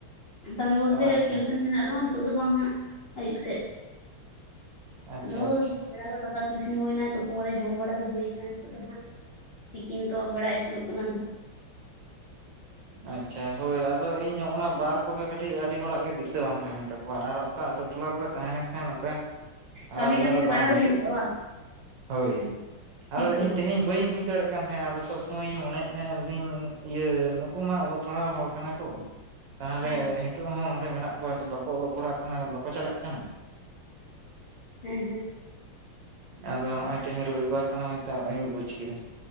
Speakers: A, on the left; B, on the right.
A: ᱠᱟᱹᱢᱤ ᱵᱚᱞᱛᱮ
B: ᱚ ᱟᱪᱪᱷᱟ
A: ᱴᱤᱭᱩᱥᱮᱱ ᱢᱮᱱᱟᱜ ᱨᱮᱦᱚᱸ ᱱᱤᱛᱚᱜ ᱫᱚ ᱵᱟᱝ ᱦᱟᱸᱜ ᱟᱹᱭᱩᱵ ᱥᱮᱫ
B: ᱟᱪᱪᱷᱟ
A: ᱟᱫᱚ
B: ᱟᱪᱪᱷᱟ
A: ᱵᱮᱲᱟ ᱫᱚ ᱫᱟᱠᱟ ᱩᱛᱩ ᱤᱥᱤᱱ ᱦᱩᱭ ᱱᱟ ᱛᱩᱯᱩ ᱵᱟᱲᱟ ᱡᱚᱢ ᱵᱟᱲᱟ ᱦᱩᱭ ᱠᱟᱱᱟ ᱱᱤᱛᱚᱜ ᱫᱚ ᱦᱟᱸᱜ ᱛᱤᱠᱤᱱ ᱛᱚ ᱵᱟᱲᱟᱭ ᱟᱹᱪᱩᱨᱚᱜ ᱠᱟᱱᱟ ᱟᱫᱚ
B: ᱟᱪᱪᱷᱟ ᱦᱳᱭ ᱟᱫᱚ ᱤᱧ ᱦᱚᱸ ᱚᱱᱟ ᱵᱟᱨ ᱠᱚᱜᱮ ᱠᱟᱹᱴᱤᱡ ᱟᱹᱰᱤ ᱦᱚᱲᱟᱜ ᱜᱮ ᱫᱤᱥᱟᱹ ᱵᱟᱝ ᱛᱟᱦᱮᱱ ᱛᱟᱠᱚᱣᱟ ᱟᱨ ᱚᱠᱟ ᱟᱹᱛᱩ ᱟᱹᱛᱩ ᱴᱚᱞᱟ ᱠᱚᱨᱮ ᱛᱟᱦᱮᱸ ᱞᱮᱱ ᱠᱷᱟᱱ ᱚᱱᱠᱟ
A: ᱠᱟᱹᱢᱤ
B: ᱩᱱᱟᱹᱜ
A: ᱠᱟᱹᱢᱤ
B: ᱫᱚ
A: ᱛᱮ
B: ᱵᱟᱝ
A: ᱵᱟᱨᱦᱟᱣ
B: ᱫᱤᱥᱟᱹᱜᱼᱟ
A: ᱦᱤᱲᱤᱧ ᱠᱚᱜᱼᱟ ᱵᱟᱝ
B: ᱦᱳᱭ
A: ᱴᱷᱤᱠ
B: ᱟᱫᱚ
A: ᱴᱷᱤᱠ
B: ᱤᱧ ᱛᱮᱦᱮᱧ ᱵᱟᱹᱧ ᱵᱩᱡᱽ ᱫᱟᱲᱮᱜ ᱛᱟᱦᱮᱸᱱᱟ ᱟᱫᱚ ᱥᱚᱵᱽ ᱥᱚᱢᱚᱭᱤᱧ ᱢᱚᱱᱭᱮᱫ ᱛᱟᱦᱮᱸᱫᱟ ᱞᱟᱹᱭ ᱫᱟᱹᱧ ᱤᱭᱟᱹ ᱱᱩᱠᱩ ᱢᱟ ᱚᱞᱚᱜ ᱯᱟᱲᱦᱟᱣ ᱦᱚᱲ ᱠᱟᱱᱟ ᱠᱚ ᱛᱟᱦᱞᱮ
A: ᱦᱮᱸ
B: ᱱᱤᱛᱳᱜ ᱦᱚᱸ ᱱᱚᱸᱰᱮ ᱢᱮᱱᱟᱜ ᱠᱚᱣᱟ ᱵᱟᱠᱚ ᱚᱞᱚᱜ ᱯᱟᱲᱦᱟᱜ ᱠᱟᱱᱟ ᱵᱟᱠᱚ ᱪᱟᱞᱟᱜ ᱠᱟᱱᱟ
A: ᱦᱩᱸ ᱦᱩᱸ
B: ᱟᱫᱚ ᱱᱚᱜᱼᱚᱭ ᱛᱮᱦᱤᱧ ᱨᱚᱵᱤᱵᱟᱨ ᱠᱟᱱᱟ ᱢᱮᱱᱛᱮ ᱱᱚᱜᱼᱚᱭᱤᱧ ᱵᱩᱡ ᱠᱮᱫᱟ